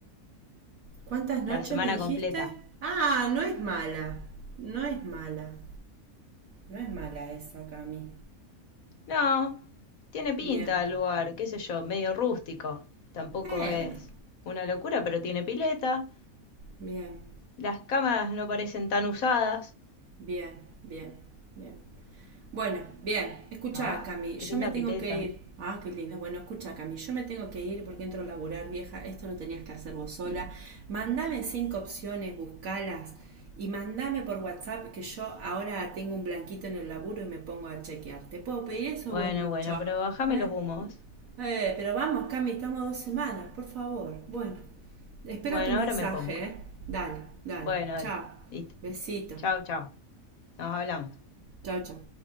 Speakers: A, on the right (about 70°); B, on the left (about 75°).
A: ¿Cuántas
B: La
A: noches
B: semana
A: me dijiste?
B: completa.
A: Ah, no es mala. No es mala. No es mala esa, Cami.
B: No, tiene pinta
A: Bien.
B: el lugar, qué sé yo, medio rústico. Tampoco
A: Bueno,
B: es una locura, pero tiene pileta.
A: bien,
B: Las cámaras no parecen tan usadas.
A: bien, bien, bien. Bueno, bien, escucha,
B: Ah,
A: Cami,
B: qué
A: yo
B: linda
A: me tengo
B: pileta.
A: que ir. Ah, qué lindo. Bueno, escucha, Cami, yo me tengo que ir porque entro a laburar, vieja. Esto lo tenías que hacer vos sola. Mandame cinco opciones, buscalas y mandame por WhatsApp que yo ahora tengo un blanquito en el laburo y me pongo a chequear. ¿Te puedo pedir eso
B: Bueno,
A: o es mucho?
B: bueno, pero bájame
A: ¿Eh?
B: los humos.
A: Eh, pero vamos, Cami, estamos a dos semanas, por favor. Bueno, espero
B: Bueno,
A: tu mensaje,
B: ahora me pongo.
A: ¿eh? Dale, dale.
B: Bueno, dale.
A: Chao.
B: Listo.
A: Besito.
B: Chao, chao. Nos hablamos.
A: Chao, chao.